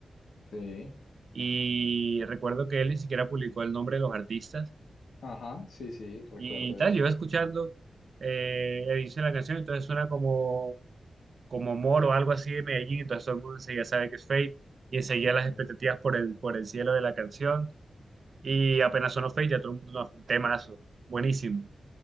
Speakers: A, on the left; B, on the right.
A: sí,
B: y recuerdo que él ni siquiera publicó el nombre de los artistas
A: ajá, sí, sí, recuerdo
B: y tal,
A: eso.
B: yo iba escuchando eh, el inicio de la canción, entonces suena como, como Moro o algo así de Medellín, entonces todo el mundo enseguida sabe que es Fate y enseguida
A: Ujú,
B: las expectativas por el, por el cielo de la canción y apenas sonó Fate ya todo el mundo, "No, un temazo, buenísimo.